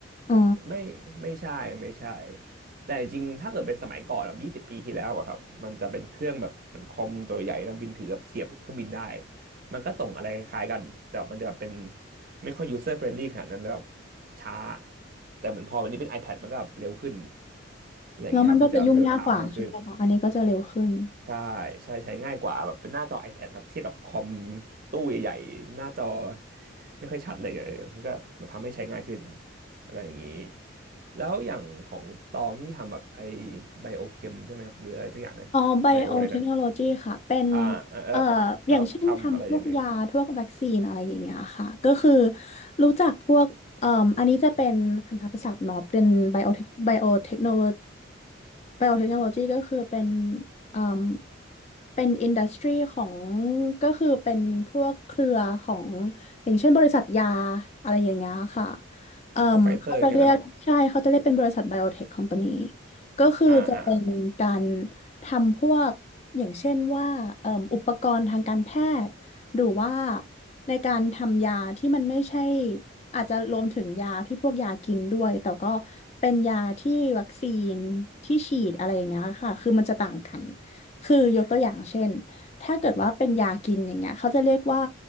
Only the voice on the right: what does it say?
ไม่ไม่ใช่ไม่ใช่แต่จริงๆ ถ้าเกิดเป็นสมัยก่อนแบบยี่สิบปีที่แล้วอะครับมันจะเป็นเครื่องแบบเหมือนคอมตัวใหญ่นักบินถือแบบเสียบเครื่องบินได้มันก็ส่งอะไรคล้ายๆกันแต่มันจะเป็นไม่ค่อย user friendly ขนาดนั้นแล้วแบบช้าแต่เหมือนพอวันนี้เป็น iPad มันก็แบบเร็วขึ้นอะไรอย่างเงี้ยครับมันจะเรียลไทม์มากขึ้น
ใช่ใช่ใช้ง่ายกว่าแบบเป็นหน้าจอ iPad ครับเทียบกับคอมตู้ใหญ่ๆหน้าจอไม่ค่อยชัดเลยเออมันก็มันทำให้ใช้ง่ายขึ้นอะไรอย่างนี้แล้วอย่างของตองที่ทำแบบไอ้ไบโอเคมใช่ไหมครับหรืออะไรสักอย่างนะไบโอเลยนะ
อ่าอ่าเออ
แล้วทำอะไรยังไง
พวกไฟเซอร์เงี้ยเหรอครับ
อ่าอ่าอ่